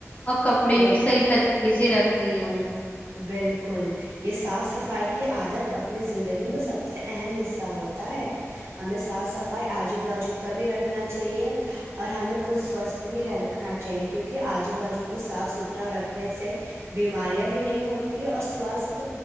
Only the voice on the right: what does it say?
بل
بالکل یہ صاف صفائی کی عادت اپنی زندگی میں سب سے اہم حصہ ہوتا ہے ہمیں صاف صفائی آجو بازو کا بھی رکھنا چاہیے اور ہمیں خود سوستھ بھی رکھنا چاہیے کیونکہ آجو بجو کو صاف ستھرا رکھنے سے بیماریاں نہیں ہوتی ہے اور سوستھ